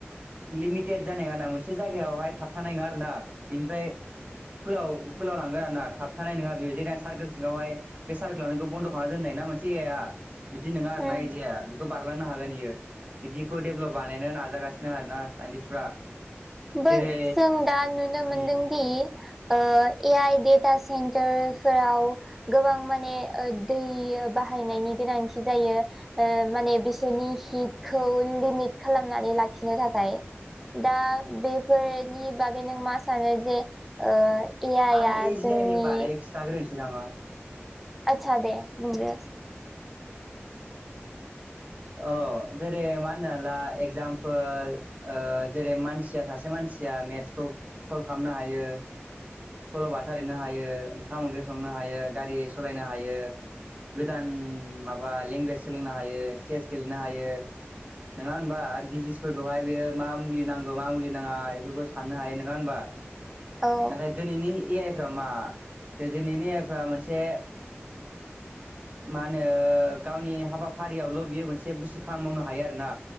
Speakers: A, on the right; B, in the centre.
A: लिमिटेड जानाय नङा ना मोनसे जायगायावहाय थाबथानाय नङा आरो ना बेनिफ्राय फोलाव फोलाव लांगोन आरोना थाबथानाय नङा बेयो जेर सारकोल सिङावहाय बे सारकोल लांनायखौ बन्द खालामना दोनदों नाय ना मोनसे बिदि नङा आरोना
B: उम
A: जाया खौ बारलांनो हागोन इयो बिदिखौ डेभेलप बानायनो नाजागासिनो आरोना साइन्टिस्टफ्रा
B: बो
A: जेरै
B: जों दा नुनो मोनदों
A: उम
B: दि ओ ए आइ डेटा सेन्टारफोराव गोबां माने दै बाहाय नायनि गोनांथि जायो ओ माने बिसोरनि हितखौ लिमिट खालामनानै लाखि लाखिनो थाखाय दा बेफोरनि बागै नों मा सानो जे ओ ए आइ
A: आं
B: आ
A: एज
B: जोंनि
A: आइ नि बारै खिथाग्रोनोसै नामा
B: आतसा दे बुं दे
A: अ जेरै मा होनो ला एगजामपोल ओ जेरै मानसिया सासे मानसि मानसिया मेथ्सखौ सल्भ खालामनो हायो सलबाथा लिरनो हायो ओंखाम ओंख्रि संनो हायो गारि सालायनो हायो गोदान माबा लेंगुवेज सोलोंनो हायो चेस गेलेनो हायो नङा होनबा डिजिसफोरखौहाय बेयो मा मुलि नांगौ मा मुलि नाङा बेफोरखौ साननो हायो नङा होनबा
B: औ
A: नाथाय दिनैनि ए आइफ्रा मा दिनैनि एआइफ्रा मोनसे मा ओनो गावनि हाबाफारियावल'। बियो मोनसे बुस्थु खामानि मावनो हायो आरोना